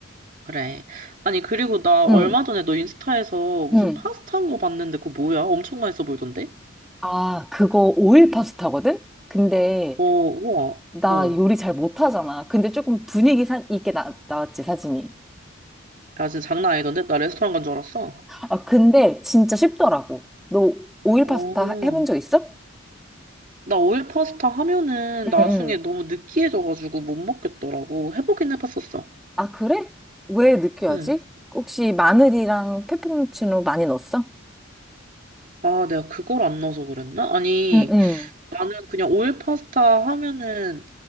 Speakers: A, on the right; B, in the centre.
A: 그래. 아니 그리고 나 얼마
B: 응,
A: 전에 너 인스타에서 무슨
B: 응.
A: 파스타 한 거 봤는데 그거 뭐야? 엄청 맛있어 보이던데?
B: 아, 그거 오일 파스타거든? 근데
A: 어, 우와.
B: 나
A: 어.
B: 요리 잘 못하잖아. 근데 조금 분위기 사, 있게 나, 나왔지, 사진이.
A: 야 진짜 장난 아니던데? 나 레스토랑 간 줄 알았어.
B: 아, 근데 진짜 쉽더라고. 너 오일
A: 어.
B: 파스타 해본 적 있어?
A: 나 오일 파스타 하면은
B: 응,
A: 나중에
B: 응.
A: 너무 느끼해져가지고 못 먹겠더라고. 해보긴 해봤었어.
B: 아, 그래? 왜 늦게 하지?
A: 응.
B: 혹시 마늘이랑 페페론치노 많이 넣었어?
A: 아, 내가 그걸 안 넣어서 그랬나? 아니,
B: 응, 응.
A: 나는 그냥 오일 파스타 하면은